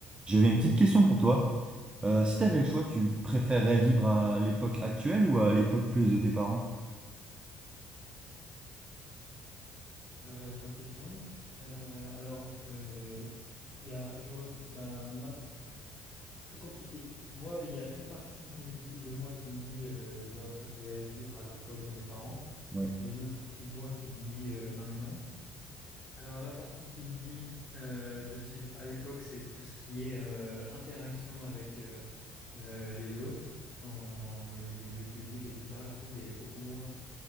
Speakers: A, on the right; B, on the left.
A: J'avais une petite question pour toi. Euh, si tu avais le choix, tu préférerais vivre à l'époque actuelle ou à l'époque plus de tes parents?
B: euh, comme question. Euh, alors, euh, il y a, j'aurais- bah, ma- pff, très compliqué. Moi, il y a une partie qui me dit, de moi qui me dit euh, j'aurais préféré vivre à l'époque de mes parents
A: Ouais.
B: et une autre partie de moi qui me dit euh, maintenant. Alors, la partie qui me dit euh, de vivre à l'époque, c'est tout ce qui est euh, interaction avec euh, euh, les autres dans les, les lieux publics, etc. Je trouve qu'il y avait beaucoup moins